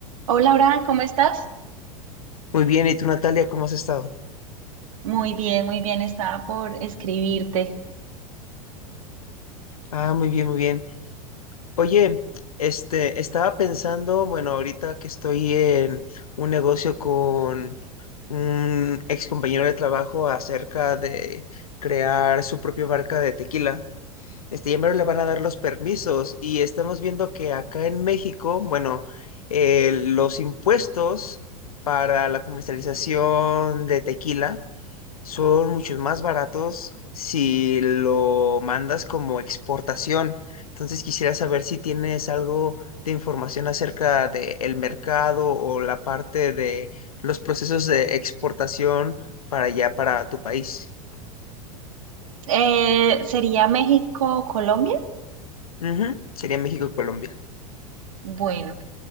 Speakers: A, on the right (about 60°); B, on the left (about 65°).
A: Hola, Abraham, ¿cómo estás?
B: Muy bien, ¿y tú, Natalia, cómo has estado?
A: Muy bien, muy bien, estaba por escribirte.
B: Ah, muy bien, muy bien. Oye, este, estaba pensando, bueno, ahorita que estoy en un negocio con un ex compañero de trabajo acerca de crear su propia marca de tequila. Este, ya me le van a dar los permisos y estamos viendo que acá en México, bueno, eh, los impuestos para la comercialización de tequila son muchos más baratos si lo mandas como exportación. Entonces quisiera saber si tienes algo de información acerca del mercado o la parte de los procesos de exportación para allá, para tu país.
A: Eh, ¿sería México o Colombia?
B: Ujú, Sería México y Colombia.
A: Bueno,